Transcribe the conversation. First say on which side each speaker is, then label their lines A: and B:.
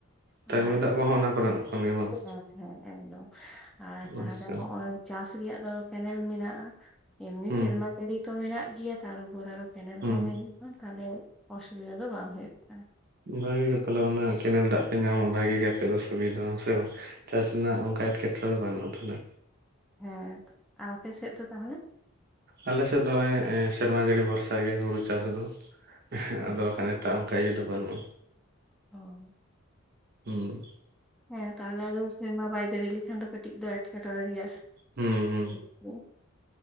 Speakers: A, in the centre; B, on the right.
A: ᱟᱨᱼᱼ
B: ᱛᱚ ᱧᱩ ᱫᱟᱜ ᱠᱚᱦᱚᱸ ᱚᱱᱟ ᱠᱚᱨᱮᱱᱟᱜ ᱠᱷᱚᱱ ᱜᱮ ᱵᱟᱝ
A: ᱦᱮᱸ ᱦᱮᱸ ᱮᱠᱫᱚᱢ ᱟᱨ ᱛᱟᱦᱮ
B: ᱟᱪᱪᱷᱟ
A: ᱦᱚᱜᱼᱚᱭᱼᱼ ᱪᱟᱥ ᱨᱮᱭᱟᱜ ᱫᱚ ᱠᱮᱱᱮᱞ ᱢᱮᱱᱟᱜᱼᱟ ᱮᱢᱱᱤ
B: ᱦᱩᱸ
A: ᱥᱮᱨᱢᱟ ᱡᱟᱹᱲᱤ ᱛᱚ ᱢᱮᱱᱟᱜ ᱜᱮᱭᱟ ᱛᱟᱨᱩᱯᱚᱨ ᱟᱨᱚᱼᱼ ᱠᱮᱱᱮᱞ
B: ᱦᱩᱸ
A: ᱦᱚᱸ ᱢᱮᱱᱟᱜᱼᱟ ᱛᱟᱦᱚᱞᱮ ᱚᱥᱩᱵᱤᱫᱟ ᱫᱚ ᱵᱟᱝ ᱦᱩᱭᱩᱜ ᱠᱟᱱᱟ᱾
B: ᱵᱷᱟᱜᱮ ᱜᱮ ᱛᱟᱦᱞᱮ ᱚᱱᱟ ᱠᱮᱱᱮᱞ ᱫᱟᱜᱼᱼ ᱯᱮ ᱧᱟᱢᱟ ᱵᱷᱟᱜᱮ ᱜᱮ ᱟᱯᱮ ᱫᱚ ᱥᱩᱵᱤᱫᱟ ᱦᱮᱸ ᱥᱮ ᱵᱟᱝ ᱪᱟᱥ ᱨᱮᱱᱟᱜ ᱚᱱᱠᱟ ᱮᱴᱠᱮᱴᱚᱬᱮ ᱫᱚ ᱵᱟᱹᱱᱩᱜᱼᱟ ᱛᱚᱞᱮᱼᱼ
A: ᱦᱮᱸ ᱟᱯᱮ ᱥᱮᱫ ᱫᱚ ᱛᱟᱦᱚᱞᱮ?
B: ᱟᱞᱮ ᱥᱮᱫ ᱫᱚ ᱮᱸᱜ ᱼᱮ ᱸ ᱥᱮᱨᱢᱟ ᱡᱟᱹᱲᱤ ᱵᱷᱚᱨᱥᱟ ᱜᱮ ᱦᱩᱲᱩ ᱪᱟᱥ ᱫᱚ᱾
A: ᱚ
B: ᱟᱫᱚ ᱵᱟᱠᱷᱟᱱ ᱮᱴᱟᱜ ᱚᱱᱠᱟ ᱤᱭᱟᱹ ᱫᱚ ᱵᱟᱹᱱᱩᱜᱼᱟ᱾
A: ᱝ
B: ᱚᱸ
A: ᱦᱮᱸ ᱛᱟᱦᱚᱞᱮ ᱟᱫᱚ ᱥᱮᱨᱢᱟ ᱵᱟᱭ ᱡᱟᱹᱲᱤ ᱞᱮᱠᱷᱟᱱ ᱫᱚ ᱠᱟᱴᱤᱡ ᱫᱚ ᱮᱴᱠᱮᱴᱚᱬᱮ ᱜᱮᱭᱟᱼᱼ
B: ᱦᱚᱸ
A: ᱟᱪᱪᱷᱟ᱾